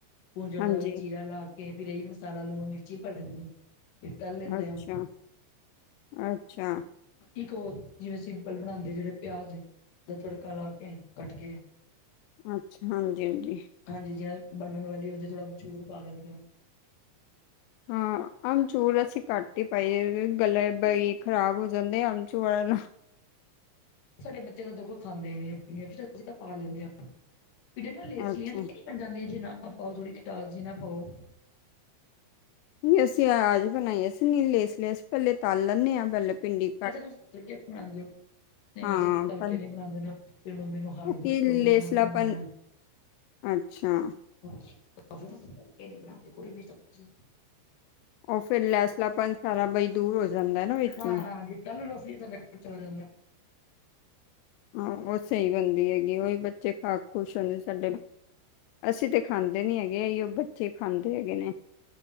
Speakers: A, on the left; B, on the left.
A: ਪੂੰਜਣ
B: ਹਾਂਜੀ
A: ਦਾ ਚੀਰਾ ਲਾ। ਫਿਰ ਇਹੀ ਮਸਾਲਾ ਲੂਣ ਮਿਰਚ ਹੀ ਭਰ ਦਿੰਦੇ। ਫਿਰ ਤਲ ਲੈਂਦੇ
B: ਅੱਛਾ
A: ਆ
B: ਅੱਛਾ।
A: ਇੱਕ ਉਹ ਜਿਵੇਂ ਸਿੰਪਲ ਬਣਾਉਂਦੇ ਜਿਹੜੇ ਪਿਆਜ ਦਾ ਤੜਕਾ ਲਾ ਕੇ ਕੱਟ ਕੇ
B: ਅੱਛਾ ਹਾਂਜੀ ਹਾਂਜੀ
A: ਹਾਂਜੀ ਜਿਂ ਬਣਨਣ ਵਾਲੀ ਹੁੰਦੀ ਥੜਾ ਅੰਬਚੂਰ ਪਾਵੇ ਹੁੰਦੇ ਆ।
B: ਹਾਂ ਆਮਚੂੂਰ ਅਸੀਂ ਕੱਟ ਹੀ ਪਾਈ ਗਲੇ ਬਈ ਖ਼ਰਾਬ ਹੋ ਜਾਂਦੇ ਅਮਚੂ ਨਾਲ।
A: ਸਾਡੇ ਬੱਚੇ ਤਾਂ ਦੇਖੋ ਖਾਂਦੇ ਹੀ ਨੀ ਪੀਆਂ ਫਰ ਅਸੀਂ ਤਾਂ ਪਾ ਲੈਂਦੇ ਹ ਪੀੜੀਆਂ ਲੇਸਲੀਆਂਆਂ
B: ਅੱਛਾ
A: ਮੈਂ ਜਾਂਦੀ ਆ ਜੀ ਨਾ ਪਾਓ ਥੋੜੀ ਖਿਟਾਸ ਜ ਨਾ ਪਾਓ।
B: ਅਸੀਂ ਆਜ ਬਣਾਈ ਅਸੀਂ ਨੀ ਲੇਸ ਲੈਸ ਪਹਿਲੇ ਤਲ ਲੈਂਦੇ ਹਾਂ ਪਹਿਲੇ ਪਿੰਡੀ
A: ਅੱਛਾ ਤੁਂਕੇ ਬਣਾਉਂਦੇ ਹੋ। ਨਹੀਂ
B: ਹਾਂ
A: ਅਸੀਂ ਤਲਕੇ
B: ਪਰ
A: ਨਹੀਂ ਬਣਾਉਂਦੇ ਨਾ ਫ ਮੰਮੀ ਨੂੰ ਹਾਰਟ ਦੀ
B: ਕਿ
A: ਪ੍ਰੋਬਲਮ
B: ਲੇਸਲਾਪਨ
A: ਹੈ ਮੈਨੂੰ ਮਨ।
B: ਅੱਛਾ
A: ਸੀਕੇ ਨੀ ਬਣਾਉਂਦੇ ਕੋਈ ਵੀ ਸਬਜ਼ੀ
B: ਉਹਓ ਫਿਰ ਲੈਸ ਲਗ ਪ ਸਾਰਾ ਬ ਦੂਰ ਹੋ ਜਾਂਦਾ ਨਾ, ਵਿੱਚੋਂ
A: ਹਾਂ ਹਾਂ, ਜੀ ਤਲ ਲੋ ਚ ਜਾਂਦਾ
B: ਹਾਂ ਉਹ ਸਹੀ ਬਣਦੀ ਹੈਗੀ ਉਹੀ ਬੱਚੇ ਖਾ ਖੁਸ਼ ਹੋਦੇ ਸਾਡੇ ਅਸੀਂ ਤੇ ਖਾਂਦੇ ਨੀ ਹੈਗੇ ਉਹ ਬੱਚੇ ਖਾਂਦੇ ਹੈਗੇ ਨੇ,